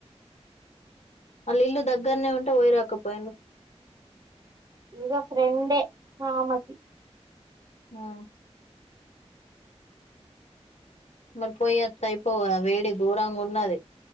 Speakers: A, on the left; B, on the right.
A: వాళ్ళ ఇల్లు దగ్గరనే ఉంటే పొయిరాకపోయిండు
B: ఇద ఫ్రెండే మామ్మటి
A: ఆ మరి పోయి వత్తె అయిపోవ వేడి ఘోరంగా ఉన్నది